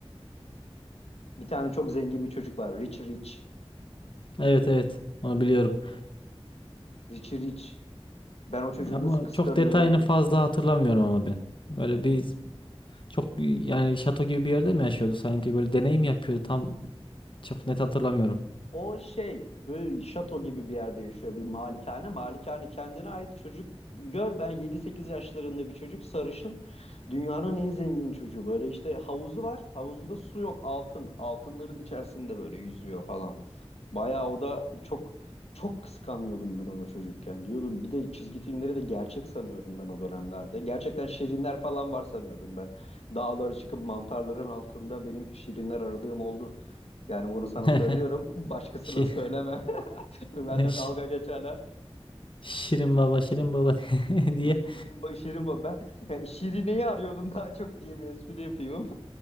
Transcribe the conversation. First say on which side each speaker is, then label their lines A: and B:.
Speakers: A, on the left; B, on the left.
A: bir tane çok zengin bir çocuk var. Rich Rich.
B: Evet evet. Onu biliyorum.
A: Rich Rich. Ben o çocuğu
B: Ama
A: nasıl kıskanıyordum.
B: çok detayını fazla hatırlamıyorum ama ben. Böyle bir çok yani şato gibi bir yerde mi yaşıyordu sanki böyle deneyim yapıyordu tam çok net hatırlamıyorum.
A: O şey böyle şato gibi bir yerde yaşıyor bir malikane. Malikane kendine ait çocuk gör ben yedi sekiz yaşlarında bir çocuk sarışın dünyanın en zengin çocuğu. Böyle işte havuzu var havuzunda su yok altın altınların içerisinde böyle yüzüyor falan. Bayağı o da çok çok kıskanıyordum ben onu çocukken diyordum. Bir de çizgi filmleri de gerçek sanıyorum ben o dönemlerde. Gerçekten şirinler falan var sanıyordum ben. Dağlara çıkıp mantarların altında benim şirinler aradığım oldu. Yani bunu sana
B: <laughs>
A: söylüyorum. Başkasına
B: Şi-
A: söyleme. <laughs> Benle
B: şi-
A: dalga geçerler.
B: Şirin baba şirin baba <laughs> diye
A: Şirin, ba- şirin ba- ben yani Şirine'yi arıyordum daha çok diye bir espri yapıyorum.